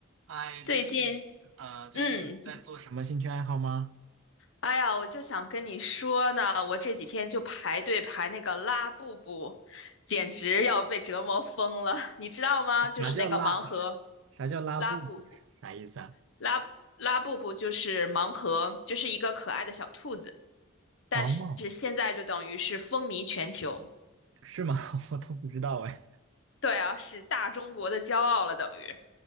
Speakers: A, on the right; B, on the left.
A: 哎，
B: 最近，
A: 最近呃，最近有在做什么兴趣爱好吗？
B: 嗯，哎呀，我就想跟你说呢，我这几天就排队排那个拉布布，简直要被折磨疯了，<laughs> 你知道吗？就是那个盲盒
A: 啥叫拉？啥叫拉布布？
B: 拉布布，
A: 啥意思啊？
B: 拉拉布布就是盲盒，就是一个可爱的小兔子，但是现在就等于是风靡全球，
A: 哦，是吗？<laughs> 我都不知道哎。
B: 对啊，是大中国的骄傲了，等于。